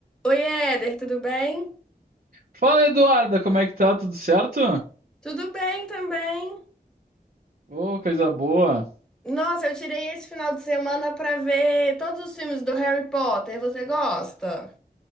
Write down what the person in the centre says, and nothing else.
Oi, Éder, tudo bem?
Tudo bem também.
Nossa, eu tirei esse final de semana pra ver todos os filmes do Harry Potter. Você gosta?